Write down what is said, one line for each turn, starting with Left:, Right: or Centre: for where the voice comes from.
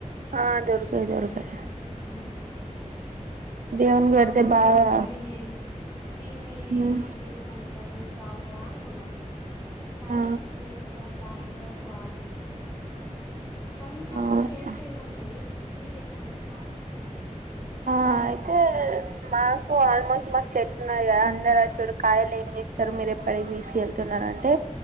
Right: ఆ దొరకయ్, దొరకయ్
Left: హ్మ్
Right: దేవునికి
Left: ఫస్ట్ నాకు
Right: పెడితే
Left: కూడా తెలేవి,
Right: బాగా
Left: ఇవి గీ దీన్నిస్ దీన్నీ
Right: ఉమ్,
Left: చేసుకొని ఇట్లా జ్యూస్ తాగుతారా అనుకున్నా కానీ
Right: ఆ
Left: చేసుకునే అంత తాగిన్ తర్వాత్ త బాగుంది. కొంచం
Right: అవును
Left: చేద్ చేదుగ ఉంటది. స్వీట్ ఎక్కువ వేసుకోవాలే
Right: ఆ అయితే మాకు ఆల్మోస్ట్ మాకు చెట్టు ఉన్నద, అందరు చూడు కాయలు ఏం చేస్తారు. మీరు ఎప్పటికి తీసుకెళ్తున్నారురని అంటే